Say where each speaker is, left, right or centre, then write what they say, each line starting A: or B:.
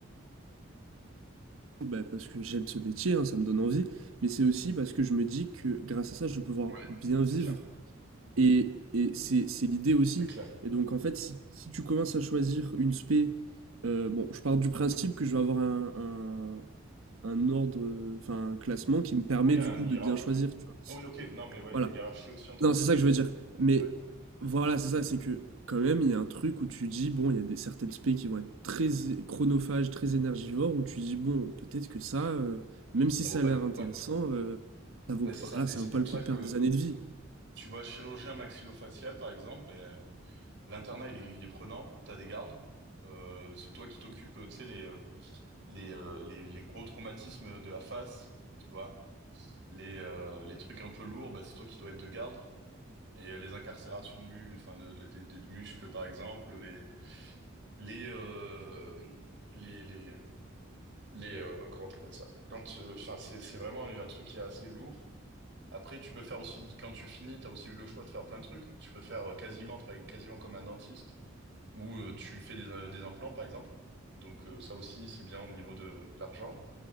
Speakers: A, on the right; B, on the right.
A: Bah, parce que j'aime ce métier, hein, ça me donne envie, mais c'est aussi parce que je me dis que grâce à ça, je peux pouvoir
B: Ouais.
A: bien
B: C'est
A: vivre
B: clair.
A: Et, et c'est c'est l'idée aussi.
B: C'est clair.
A: Et donc, en fait, si, si tu commences à choisir une spé, euh, bon, je pars du principe que je vais avoir un, un, un ordre, euh, enfin, un classement qui me permet
B: Oui, une
A: du coup
B: hiérarchie.
A: de bien choisir, tu vois.
B: Oui, ok. Non, mais ouais,
A: Voilà.
B: une hiérarchie aussi entre
A: Non,
B: tes TSP
A: c'est ça que je
B: ou?
A: veux dire. Mais
B: Ouais,
A: voilà, c'est ça, c'est que quand même, il y a un truc où tu dis, bon, il y a des, certaines spé qui vont être très é- chronophages, très énergivores, où tu dis, bon, peut-être que ça, euh, même si
B: ça
A: ça
B: vaut pas
A: a l'air
B: le coup,
A: intéressant,
B: quoi.
A: euh, ça vaut,
B: Ben, c'est
A: voilà,
B: ça. Et
A: ça
B: c'est
A: vaut pas
B: pour
A: le coup
B: ça
A: de
B: que
A: perdre des années de vie.
B: tu vois, chirurgien maxillofacial, par exemple, ben, l'internat, il est, il est prenant. T'as des gardes. Euh, c'est toi qui t'occupes, tu sais, les, euh, les, euh, les, les gros traumatismes de la face, tu vois. Les, euh, les trucs un peu lourds, ben, c'est toi qui dois être de garde. Et euh, les incarcérations de, mu enfin de, de, de- de muscles, par exemple, les, les, euh, les, les, les euh, comment t'appelles ça? Quand, euh, enfin, c'est, c'est vraiment un truc qui est assez lourd. Après, tu peux faire aussi, quand tu finis, t'as aussi eu le choix de faire plein de trucs. Tu peux faire euh, quasiment, travailler quasiment comme un dentiste, ou euh, tu fais des, euh, des implants, par exemple. Donc, euh, ça aussi, c'est bien au niveau de, de l'argent.